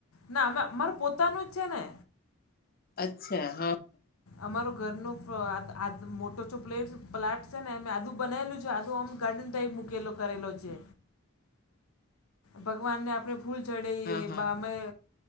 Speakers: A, on the left; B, on the left.
A: ના અમે અમાર પોતાનું જ છે ને!
B: અચ્છા હમ્મ.
A: અમાર ઘરનું <unintelligible> આદ મોટો છો પ્લેટ પ્લાટ છે ને અમે આધું બનાયલું છે આધું અમ ગાર્ડન ટાઇપ મૂકેલો કરેલો છે. ભગવાનને આપણે ફૂલ ચડે
B: હા
A: એ
B: હા
A: બામે